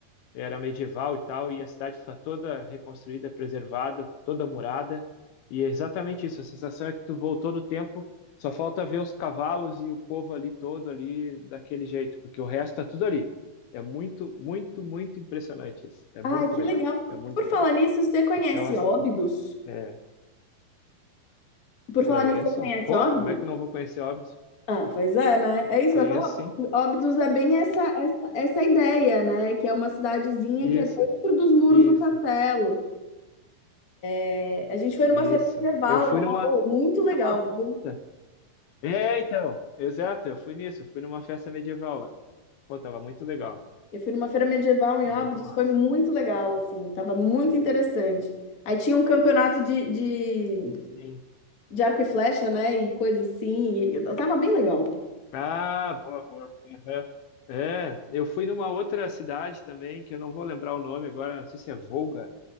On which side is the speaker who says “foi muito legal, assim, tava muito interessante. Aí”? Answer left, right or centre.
Left